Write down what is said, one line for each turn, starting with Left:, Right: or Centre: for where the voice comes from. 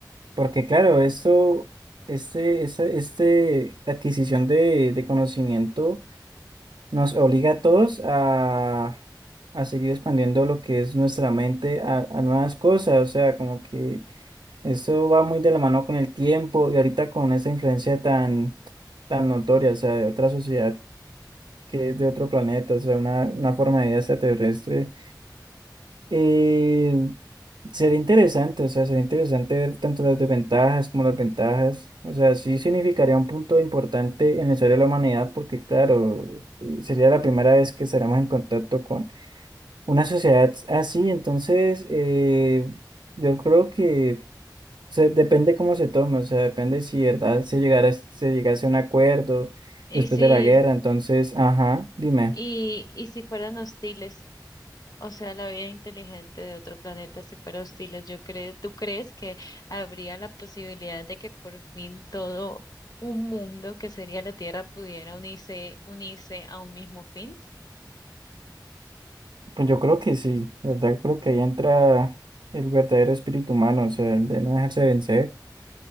Right: porque claro, esto, este, esta, este adquisición de, de conocimiento nos obliga a todos a, a seguir expandiendo lo que es nuestra mente a, a nuevas cosas, o sea, como que eso va muy de la mano con el tiempo y ahorita con esa influencia tan, tan notoria, o sea, de otra sociedad que es de otro planeta, o sea, una, una forma de vida extraterrestre. Eh, sería interesante, o sea, sería interesante ver tanto las desventajas como las ventajas. O sea, sí significaría un punto importante en la historia de la humanidad, porque claro, eh, sería la primera vez que estaremos en contacto con una sociedad así. Entonces, eh, yo creo que se, depende cómo se tome, o sea, depende si verdad se llegara, se llegase a un acuerdo
Left: Y
Right: después
Left: si,
Right: de la guerra. Entonces, ajá, dime.
Left: y, y si fueran hostiles, o sea, la vida inteligente de otro planeta, si fuera hostiles, yo creo, ¿tú crees que habría la posibilidad de que por fin todo un mundo que sería la Tierra pudiera unirse, unirse a un mismo fin?
Right: Pues yo creo que sí, de verdad creo que ahí entra el verdadero espíritu humano, o sea, el de no dejarse vencer.